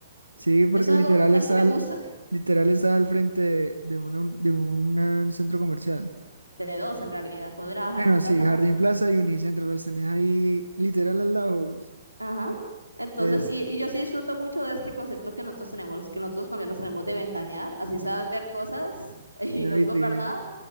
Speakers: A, on the right (about 80°); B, on the left (about 85°).
A: sí, porque
B: Eso es
A: literal
B: algo que a
A: está
B: mí sí me
A: al,
B: gusta,
A: literal está al frente de, de una- de un centro comercial.
B: de dos en realidad, poder ir a Jardín
A: Bueno,
B: Plaza
A: sí, Jardín
B: o Unicentro.
A: Plaza y Unicentro los tenés ahí literal al lado.
B: Ajá. Entonces,
A: Entonces,
B: y, y yo sí disfruto mucho de este concepto que nosotros tenemos, que nosotros colombianos tenemos de ventanear, así sabes ver cosas <laughs> y
A: ir
B: no
A: a Vitrinial.
B: comprar nada,